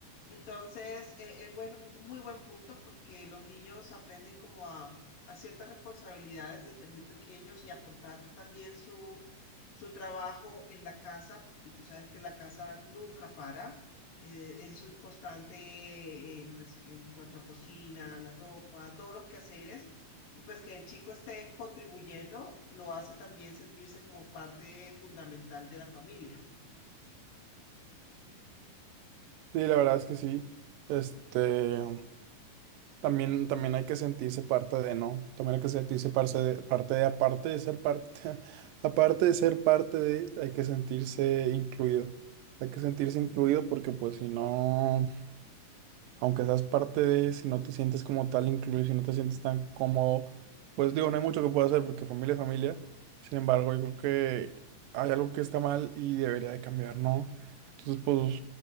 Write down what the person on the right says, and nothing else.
Sí, la verdad es que sí. Este, también, también hay que sentirse parte de, ¿no? También hay que sentirse parte de, parte de, aparte de ser parte, <laughs> aparte de ser parte de, hay que sentirse incluido. Hay que sentirse incluido porque pues si no... aunque seas parte de, si no te sientes como tal incluido, si no te sientes tan cómodo, pues digo, no hay mucho que pueda hacer porque familia es familia. Sin embargo, yo creo que hay algo que está mal y debería de cambiar, ¿no? Entonces, pues